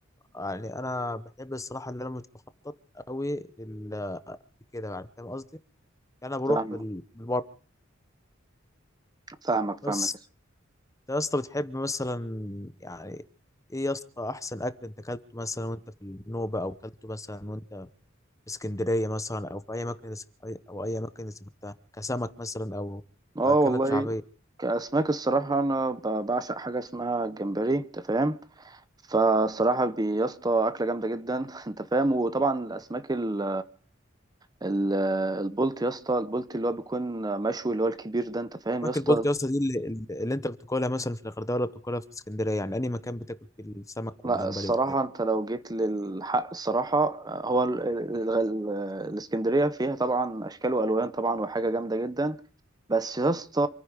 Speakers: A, on the left; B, on the right.
A: يعني انا بحب الصراحه اللي انا مش بخطط قوي لل كده يعني فاهم قصدي يعني انا
B: فاهمك
A: بروح بال... بالبر
B: فاهمك
A: بس
B: فاهمك
A: انت يا اسطى بتحب مثلا يعني ايه يا اسطى احسن اكل انت اكلته مثلا وانت في النوبه او اكلته مثلا اسكندرية مثلا أو في أي مكان أي- أو أي مكان سافرتها كسمك مثلا أو
B: اه
A: كأكلات
B: والله
A: شعبية
B: كأسماك الصراحة أنا ب- بعشق حاجة اسمها الجمبري أنت فاهم فالصراحة بي- يا اسطى أكلة جامدة جدا <laughs> أنت فاهم وطبعا الأسماك ال ال البلط يا اسطى البلط اللي هو بيكون مشوي اللي هو الكبير ده أنت فاهم
A: سمك
B: يا اسطى
A: البلطي يا اسطى دي اللي, اللي أنت بتاكلها مثلا في الغردقة ولا بتاكلها في اسكندرية يعني أي مكان بتاكل فيه السمك
B: لا
A: والجمبري
B: الصراحة
A: وكده
B: أنت لو جيت للحق الصراحة هو ال- ال- ال- الإسكندرية فيها طبعا أشكال وألوان طبعا وحاجة جامدة جدا بس يا اسطى